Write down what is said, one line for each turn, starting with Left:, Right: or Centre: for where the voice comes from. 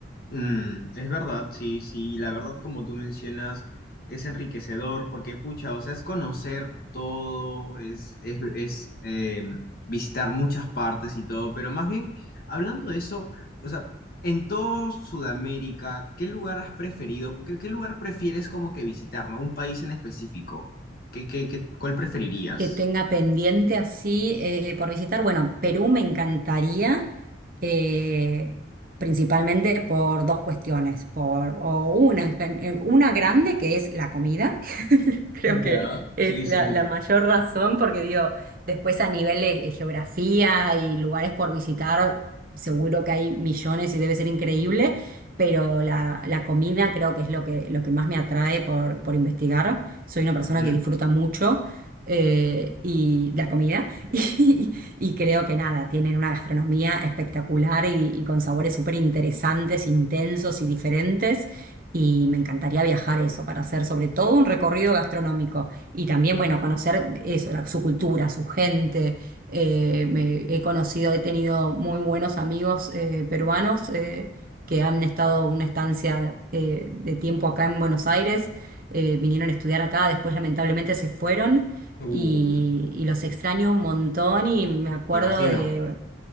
Left: Mm, es verdad, sí, sí, la verdad como tú mencionas es enriquecedor porque pucha, o sea, es conocer todo, es, es, es, eh, visitar muchas partes y todo, pero más bien, hablando de eso, o sea, en todo Sudamérica, ¿qué lugar has preferido? ¿Qué, qué lugar prefieres como que visitar, ¿no? Un país en específico. ¿Qué, qué, qué- cuál preferirías?
Right: Que tenga pendiente así eh, por visitar, bueno, Perú me encantaría, eh, principalmente por dos cuestiones, por o una, en gen- eh, una grande que es la comida <laughs> Creo
Left: Ya,
Right: que es
Left: sí dice
Right: la,
Left: mucho.
Right: la mayor razón porque digo, después a nivel de eh, geografía y lugares por visitar, seguro que hay millones y debe ser increíble, pero la, la comida creo que es lo que, lo que más me atrae por, por investigar. Soy una persona
Left: Ujú.
Right: que disfruta mucho eh, y la comida <laughs> y, y creo que nada, tienen una gastronomía espectacular y, y con sabores súper interesantes, intensos y diferentes. Y me encantaría viajar a eso para hacer sobre todo un recorrido gastronómico y también, bueno, conocer eso, la- su cultura, su gente. Eh, me- he conocido, he tenido muy buenos amigos eh, peruanos eh, que han estado una estancia eh, de tiempo acá en Buenos Aires, eh, vinieron a estudiar acá, después lamentablemente se fueron
Left: Uh,
Right: y, y los extraño un montón y me acuerdo
Left: me imagino.
Right: de...